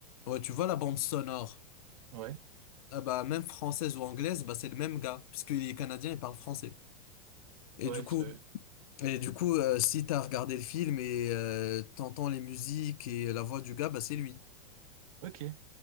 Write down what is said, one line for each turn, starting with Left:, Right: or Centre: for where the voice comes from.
Left: ouais, tu vois la bande sonore.
Right: ouais,
Left: Ah bah, même française ou anglaise, bah, c'est le même gars, puisqu'il est canadien, il parle français. Et
Right: ouais,
Left: du coup,
Right: je-
Left: et du coup euh, si t'as regardé le film et euh, t'entends les musiques et la voix du gars, bah, c'est lui.
Right: ok.